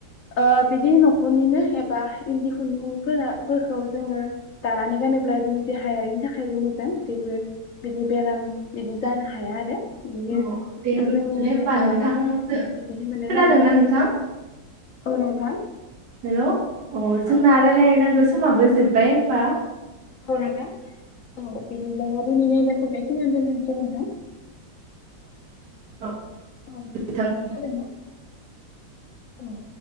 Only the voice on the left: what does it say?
ओ बिदि न'खरनिनो एबा इन्दि खुन्दुंफोरा-फोरखौ जोङो दानानै गानोब्ला जोंनि देहायारिनि थाखायबो मोजां जेबो बिदि बेराम बिदि जानो हाया आरो। बियो
जोंनि
ओ
बिदिनो मोनो नालाय
औ नोंथां
औ
औ रागा औ बिदिब्ला दिनैनि आयदाखौ बे खिनिआवनो दोन्थ'नोसै नोंथां।
अ नोंथां
खोनादों ना औ।